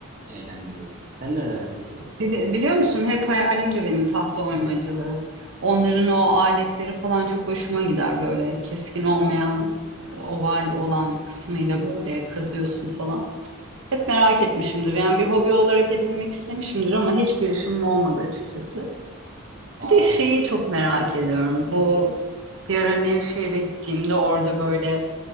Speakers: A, on the right (about 35°); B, on the right (about 60°).
A: eğlendiriyorum. Sen neler yapıyorsun?
B: Bili- Biliyor musun hep hayalimdi benim tahta oymacılığı. Onların o aletleri falan çok hoşuma gider böyle keskin olmayan e, oval olan kısmıyla böyle kazıyorsun falan. Hep merak etmişimdir yani bir hobi olarak edinmek istemişimdir ama hiç girişimim olmadı açıkçası.
A: Aa,
B: Bir de şeyi çok merak ediyorum bu bir ara Nevşehir'e gittiğimde orada böyle